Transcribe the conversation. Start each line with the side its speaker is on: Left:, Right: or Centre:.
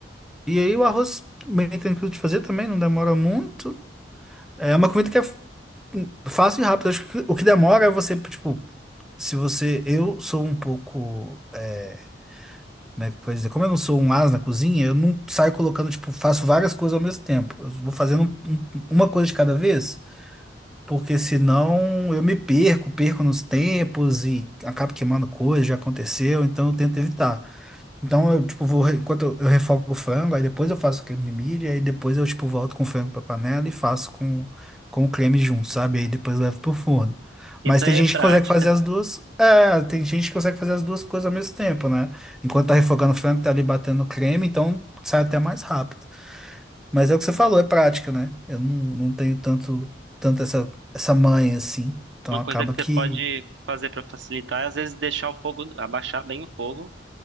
Centre: E aí o arroz bem tranquilo de fazer também, não demora muito. É uma comida que é f- fácil e rápida. Acho que o que demora é você, tipo, se você. Eu sou um pouco. é, como é que eu vou dizer? Como eu não sou um as na cozinha, eu não saio colocando, tipo, faço várias coisas ao mesmo tempo. Eu vou fazendo um- um- uma coisa de cada vez, porque senão eu me perco, perco nos tempos e acabo queimando coisa, já aconteceu, então eu tento evitar. Então eu, tipo, vou, re- enquanto eu, eu refogo o frango, aí depois eu faço o creme de milho, aí depois eu, tipo, volto com o frango pra panela e faço com, com o creme junto, sabe? Aí depois eu levo pro forno.
Right: Isso
Centre: Mas
Right: aí
Centre: tem gente
Right: é prática.
Centre: que consegue fazer as duas, é, tem gente que consegue fazer as duas coisas ao mesmo tempo, né? Enquanto tá refogando o frango, tá ali batendo o creme, então sai até mais rápido. Mas é o que você falou, é prática, né? Eu não, não tenho tanto, tanto essa, essa manha assim. Então
Right: Uma
Centre: acaba
Right: coisa que você
Centre: que,
Right: pode fazer pra facilitar é às vezes deixar o fogo, abaixar bem o fogo.